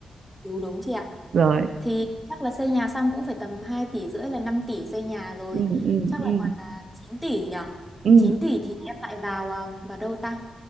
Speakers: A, in the centre; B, on the right.
A: đúng đúng chị ạ
B: Rồi.
A: thì chắc là xây nhà xong cũng phải tầm 2 tỷ rưỡi là 5 tỷ xây nhà rồi
B: Ừ ừ
A: chắc
B: ừ.
A: là còn uh, 9 tỷ nhỉ
B: Ừ.
A: chín tỷ thì em lại vào ờ, vào đâu ta